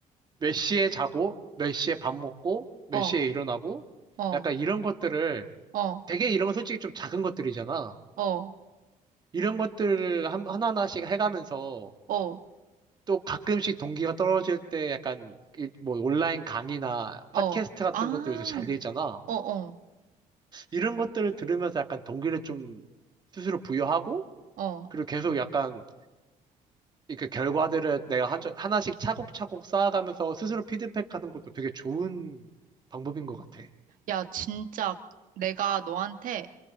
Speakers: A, on the right; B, on the right.
A: 몇 시에 자고, 몇 시에 밥 먹고, 몇
B: 어,
A: 시에 일어나고,
B: 어,
A: 약간 이런 것들을
B: 어,
A: 되게 이런 건 솔직히 좀 작은 것들이잖아.
B: 어,
A: 이런 것들을 한- 하나하나씩 해가면서
B: 어,
A: 또 가끔씩 동기가 떨어질 때 약간 이- 뭐 온라인 강의나
B: 어.
A: 팟캐스트 같은
B: 아,
A: 것들 요새 잘 돼 있잖아.
B: 어, 어,
A: 이런 것들을 들으면서 약간 동기를 좀 스스로 부여하고
B: 어.
A: 그리고 계속 약간 이렇게 결과들을 내가 한, 하나씩 차곡차곡 쌓아가면서 스스로 피드백하는 것도 되게 좋은 방법인 것 같아.
B: 야, 진짜 내가 너한테